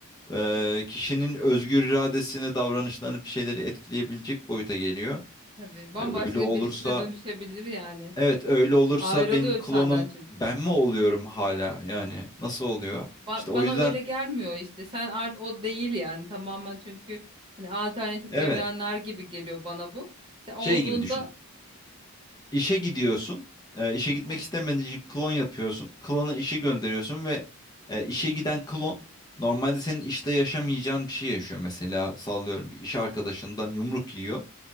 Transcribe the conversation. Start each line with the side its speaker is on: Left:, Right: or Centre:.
Right: Tabii
Left: eee,
Right: etkisidir
Left: kişinin özgür iradesini, davranışlarını bir şeyleri etkileyebilecek boyuta geliyor.
Right: Tabii bambaşka
Left: E, öyle olursa,
Right: birisine dönüşebilir yani.
Left: evet öyle olursa
Right: Ayrılıyor
Left: benim klonum
Right: senden çünkü.
Left: ben mi oluyorum hala? Yani nasıl oluyor?
Right: Ba-
Left: İşte o
Right: bana
Left: yüzden
Right: öyle gelmiyor işte sen art o değil yani tamamen çünkü hani alternatif
Left: evet
Right: evrenler gibi geliyor bana bu. Sen olduğunda
Left: şey gibi düşün. İşe gidiyorsun. E, işe
Right: Hı
Left: gitmek
Right: hı.
Left: istemediğin için klon yapıyorsun. Klona işi gönderiyorsun ve e, işe giden klon normalde senin işte yaşamayacağın bir şey yaşıyor. Mesela sallıyorum bir iş arkadaşından yumruk yiyor